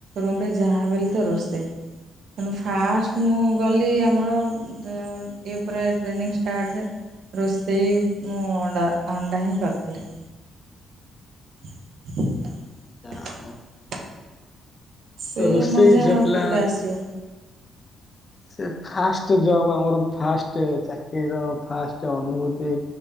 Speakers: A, on the right; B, on the left.
A: ରୁମରେ ଯାହାଵି ହେଲେ ତ ରୋଷେଇ ତେଣୁ ଫାଷ୍ଟ ମୁଁ ଗଲି ଆମର ହଁ ଏ ପରା ଟ୍ରେନିଂ ଷ୍ଟାଟରେ---! ରୋଷେଇ ମୁଁ ଅଣ୍ଡା ଅଣ୍ଡା ହିଁ କରିଥିଲି! <unintelligible>
B: ଯାହା ହଉ
A: ସେ
B: ରୋଷେଇ
A: ମଜା
B: ଝିଅ
A: ଆଉ
B: ପିଲା
A: କୋଉଟା ଆସିବ!
B: ସେ ଫାଷ୍ଟ ଜବ୍ ଆମର ଫାଷ୍ଟ ଚାକିରିର ଫାଷ୍ଟ ଅନୁଭୂତି!